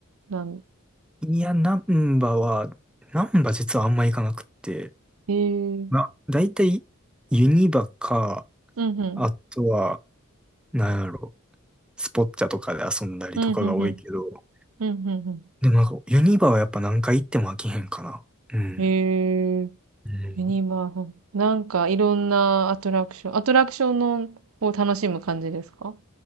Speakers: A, on the right; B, in the centre.
A: なん、
B: いや、ナンバは、ナンバ実はあんま行かなくって、
A: えー、
B: な、だいたいユニバか、
A: うんうん。
B: あとは、なんやろ、スポッチャとかで遊んだりとかが多いけど、
A: うんうんうん。うんうんう
B: でもなんか、ユニバはやっぱ何回行っても飽きへんかな。うん。
A: ん。えー、
B: うん。
A: ユニバーフ。なんか、いろんなアトラクション。アトラクションのを楽しむ感じですか